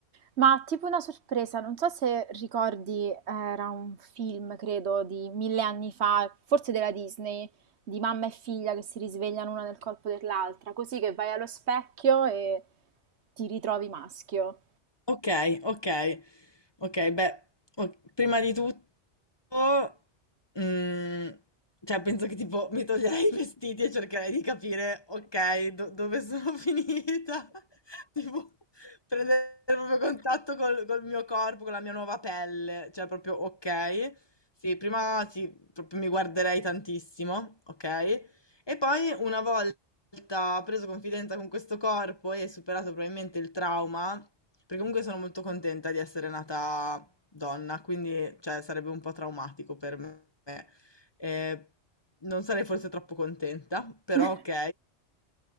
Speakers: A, on the right; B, on the left.
A: Ma tipo una sorpresa, non so se ricordi, eh, era un film, credo, di mille anni fa, forse della Disney, di mamma e figlia che si risvegliano una nel corpo dell'altra, così che vai allo specchio e ti ritrovi maschio.
B: Ok, ok, ok, beh, o- prima di tutto... Mm, cioè, penso che tipo mi toglierei i vestiti e cercherei di capire, ok, do- dove sono <laughs> finita. Tipo, prendere proprio contatto col, col mio corpo, con la mia nuova pelle. Cioè, proprio, ok. Sì, prima sì, proprio mi guarderei tantissimo, ok? E poi una volta preso confidenza con questo corpo e superato probabilmente il trauma, perché comunque sono molto contenta di essere nata donna, quindi cioè, sarebbe un po' traumatico per me. Eh, non sarei forse troppo contenta, però
A: <laughs>
B: ok.